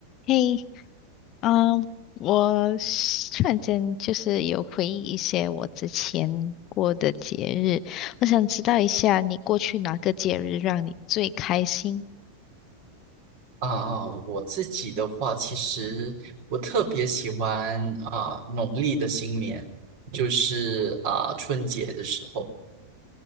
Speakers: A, on the left; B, on the right.
A: 嘿，嗯，我是突然间就是有回忆一些我之前过的节日，我想知道一下你过去哪个节日让你最开心？
B: 啊，我自己的话，其实我特别喜欢啊农历的新年，就是啊春节的时候，